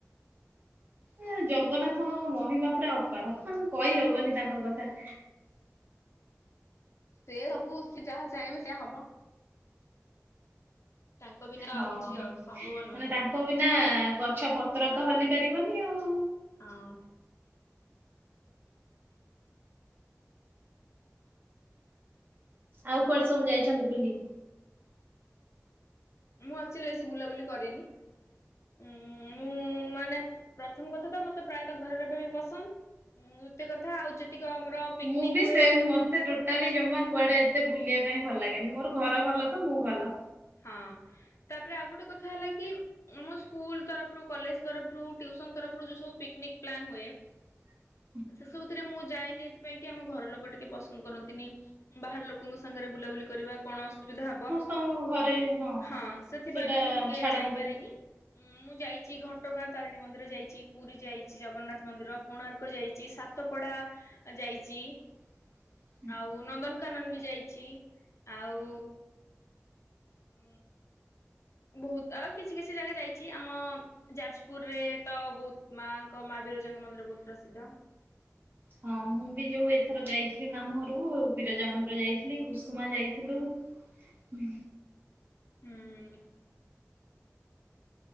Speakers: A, on the right (about 40°); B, on the left (about 60°).
A: ଏ ଜଗନ୍ନାଥ ମହିମା ପୁରା ଅପାର କହିହବନି ତାଙ୍କ କଥା।
B: ସେ ସବୁ ଯାହା ଚାହିଁବେ ସେଇଆ ହବ। ତାଙ୍କ ବିନା
A: ହଁ
B: ଆଉ କିଛି
A: ମାନେ
B: ଆଉ ସମ୍ଭବ ନୁହେଁ
A: ତାଙ୍କ ବିନା ଗଛ ପତ୍ର ତ ହଲି ପାରିବନି ଆଉ।
B: ହଁ।
A: ଆଉ କୁଆଡେ ସବୁ ଯାଇଛନ୍ତି ବୁଲି।
B: ମୁଁ ଆକ୍ଚୁଆଲି ବେଶୀ ବୁଲାବୁଲି କରିନି। ଉଁ ମୁଁ ମାନେ ପ୍ରଥମ କଥା ତ ମତେ ପ୍ରାୟତଃ ଘରେ ରହିବା ପାଇଁ ପସନ୍ଦ। ଉଁ ଦୂତିୟ କଥା ଆଉ ଯେତିକ ଆମର ପିକନିକ
A: ମୁଁ ବି
B: ହୁଏ।
A: ସେମ୍ ମତେ ଟୋଟାଲି ଜମା କୁଆଡେ ଏତେ ବୁଲିବା ପାଇଁ ଭଲ ଲାଗେନି ମୋର ଘର ଭଲ ତ ମୁଁ ଭଲ।
B: ହଁ ତାପରେ ଆଉ ଗୋଟେ କଥା ହେଲା କି। ଆମ ସ୍କୁଲ ତରଫରୁ କଲେଜ ତରଫରୁ ଟ୍ୟୁସନ ତରଫରୁ ଯୋଉ ସବୁ ପିକ୍ନିକ ପ୍ଲାନ୍ ହୁଏ।
A: <inaudible>
B: ସେ ସବୁଥିରେ ମୁଁ ଯାଏନି ଏଥିପାଇଁକି ଆମ ଘର ଲୋକ ଟିକେ ପସନ୍ଦ କରନ୍ତିନି ବାହାର ଲୋକଙ୍କ ସାଙ୍ଗରେ ବୁଲାବୁଲି କରିବା କଣ ଅସୁବିଧା ହବ
A: ତ ଘରେ ହଁ।
B: ହଁ ସେଥିପାଇଁବି
A: ସେଟା
B: ମୁଁ ଟିକେ
A: ଛାଡନ୍ତିନି
B: ଯାଇପାରିନି ମୁଁ ଯାଇଚି ଘ ଘଟଗାଁ ତାରିଣୀ ମନ୍ଦିର ଯାଇଚି। ପୁରୀ ଯାଇଚି ଜଗନ୍ନାଥ ମନ୍ଦିର କୋଣାର୍କ ଯାଇଚି ସାତପଡ଼ା ଯାଇଚି।
A: <inaudible>
B: ଆଉ ନନ୍ଦନକାନନବି ଯାଇଚି ଆଉ ହୁଁ। ବହୁତ୍ ଆଉ କିଛି କିଛି ଜାଗା ଯାଇଚି ଆମ ଯାଜପୁରରେତ ବହୁତ୍ ମାଙ୍କ ମାବିରଜାଙ୍କ ମନ୍ଦିର ବହୁତ୍ ପ୍ରସିଦ୍ଧ।
A: ହଁ ମୁଁବି ଯୋଉ ଏଥର ଯାଇଥିଲି ମାମୁଁ ଘରକୁ ବିରଜା ମନ୍ଦିର ଯାଇଥିଲି କୁସୁମା ଯାଇଥିଲୁ। ହୁଁ।
B: ହୁଁ।